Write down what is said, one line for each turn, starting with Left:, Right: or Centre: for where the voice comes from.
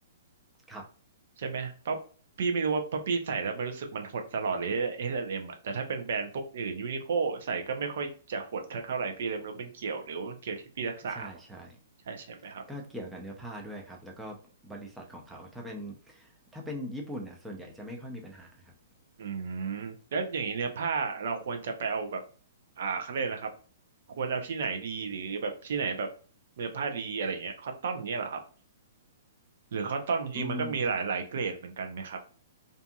Centre: ครับ
Right: ใช่ไหมเพราะพี่ไม่รู้ว่าเพราะพี่ใส่แล้วมันรู้สึกมันหดตลอดเลย H&M อสแอนด์เอ็มอ่ะแต่ถ้าเป็นแบรนด์พวกอื่นยูนิโคใส่ก็ไม่ค่อยจะหดเท่าเท่าไหร่พี่เลยไม่รู้เป็นเกี่ยวหรือว่ามันเกี่ยวที่พี่รักษาป่ะ
Centre: ใช่
Right: ใช่ใช่ไหมครับ
Centre: ๆก็เกี่ยวกับเนื้อผ้าด้วยครับแล้วก็บริษัทของเขาถ้าเป็นถ้าเป็นญี่ปุ่นน่ะส่วนใหญ่จะไม่ค่อยมีปัญหาครับ
Right: อืมแล้วอย่างนี้เนื้อผ้าเราควรจะไปเอาแบบอ่าเขาเรียกนะครับควรเอาที่ไหนดีหรือแบบที่ไหนแบบเนื้อผ้าดีอะไรเงี้ยคอตตอนเนี้ยเหรอครับหรือคอตตอนจริงๆมันก็มีหลายหลายเกรดเหมือนกันไหมครับ
Centre: อืม